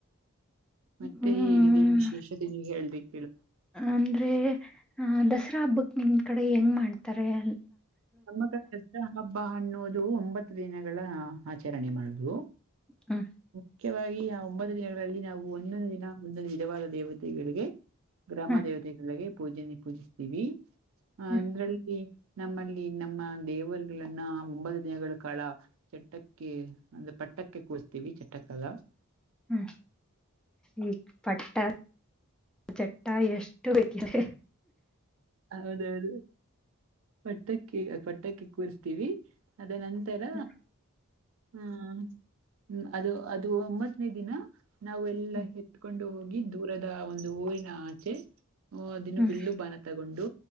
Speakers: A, on the right (about 65°); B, in the centre.
A: ಮತ್ತೆ
B: ಹ್ಮ್
A: ಏನಿದೆ ವಿಶೇಷತೆ ನೀವು ಹೇಳ್ಬೇಕ
B: ಅಂದ್ರೆ ಆ ದಸರಾ ಹಬ್ಬ ನಿಮ್ಮ ಕಡೆ ಹೆಂಗ ಮಾಡ್ತಾರೆ ಅ
A: ನಮ್ಮ ಕ <unintelligible> ಹಬ್ಬ ಅನ್ನೋದು ಒಂಬತ್ತು ದಿನಗಳ ಆಚರಣೆ ಮಾಡುದು
B: ಹ್ಮ
A: ಮುಖ್ಯವಾಗಿ ಆ ಒಂಬ ದಿನಗಳು ಗಳಲ್ಲಿ ನಾವು ಒಂದೊಂದು ದಿನ ಒಂದೊಂದು ವಿಧವಾದ ದೇವತೆಗಳಿಗೆ ಗ್ರಾಮ
B: ಹ್ಮ್
A: ದೇವತೆಗಳಿಗೆ ಪೂಜೆನ ಪೂಜಿಸ್ತೀವಿ ಹ
B: ಹ್ಮ್
A: ಅಂದ್ರಲ್ಲಿ ನಮ್ಮಲ್ಲಿ ಇಲ್ಲಿ ನಮ್ಮ ದೇವರುಗಳನ್ನ ಮುಂಬತ್ತು ದಿನಗಳ ಕಾಲ ಚಟ್ಟಕ್ಕೆ ಅಂದ್ರ ಪಟ್ಟಕ್ಕೆ ಕೂರ್ತೀವಿ ಚಟ್ಟ ಕಾಲ
B: ಹ್ಮ್ ಈ ಪಟ್ಟ ಚಟ್ಟ ಎಷ್ಟು ಬೇಕಿದೆ
A: ಹೌದ ಹೌದು ಪಟ್ಟಕ್ಕಿ ಪಟ್ಟಕ್ಕೆ ಕೂರಿಸ್ತೀವಿ ಅದ ನಂದ ತರ
B: ಹ್ಮ್
A: ಹ್ಮ್ ಹ್ಮ ಅದು ಅದು ಮತ್ ಫ್ರೀ ದಿನ ನಾವ ಎಲ್ಲಾ
B: ಹ್ಮ್
A: ಎತ್ಕೊಂಡು ಹೋಗ ಗಿಂದ ದೂರದ ಒಂದು ಹೂವಿನ ಆಚೆ ಹ ಅದನ್ನು
B: ಹ್ಮ್
A: ಬಿಲ್ಲು ಬಾಣ ತಗೊಂಡು